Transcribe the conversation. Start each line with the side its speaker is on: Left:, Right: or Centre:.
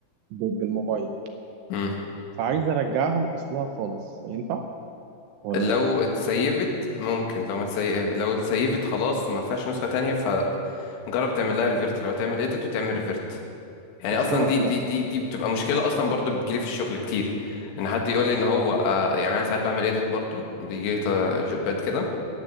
Right: ب- بالموبايل
Left: مم.
Right: فعايز ارجعها لاصلها خالص ينفع ولا
Left: لو
Right: لا
Left: اتسيفت ممكن لو ما تسيف لو اتسيفت خلاص وما فيهاش نسخة تانية فجرب تعمل لها ريفرت لو تعمل اديت وتعمل ريفرت يعني
Right: الصوره
Left: اصلا دي دي
Right: لا
Left: دي دي بتبقى مشكلة اصلا برضو بتجيلي في الشغل كتير ان حد يقول لي ان هو آه يعني انا ساعات بعمل اديت برضو بيجيلي تا- جوبات كده